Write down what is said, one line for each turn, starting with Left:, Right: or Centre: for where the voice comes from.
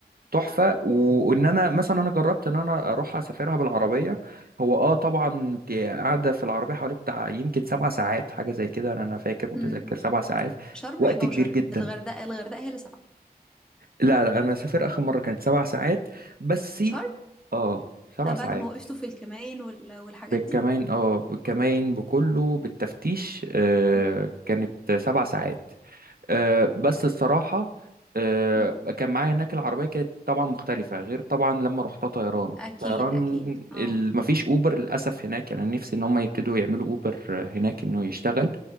Right: تحفه و- وان انا مثلا انا جربت ان انا اروح اسافرها بالعربيه هو اه طبعا انت قاعده في العربيه حوالي بتاع يمكن سبع ساعات حاجه زي كده انا أنا فاكر متذكر
Centre: مم.
Right: سبع ساعات
Centre: شرم
Right: وقت
Centre: 11
Right: كبير جدا
Centre: الغردقة الغردقة هي اللي سبعة
Right: لا لا انا سافر اخر مره كانت سبع ساعات بس
Centre: شرم
Right: اه سبع
Centre: لا، بعد
Right: ساعات
Centre: ما وقفتوا في الكمائن وال... والحاجات
Right: بالكمين
Centre: دي
Right: اه بالكمين بكله بالتفتيش آه
Centre: مم.
Right: كانت سبع ساعات آه بس الصراحه آه
Centre: مم.
Right: كان معايا هناك العربيه كانت طبعا مختلفه غير طبعا لما رحتها طيران
Centre: اكيد
Right: طيران
Centre: اكيد اه
Right: ال- مفيش اوبر للاسف هناك يعني أنا نفسي ان هم يبتدوا يعملوا اوبر هناك انه يشتغل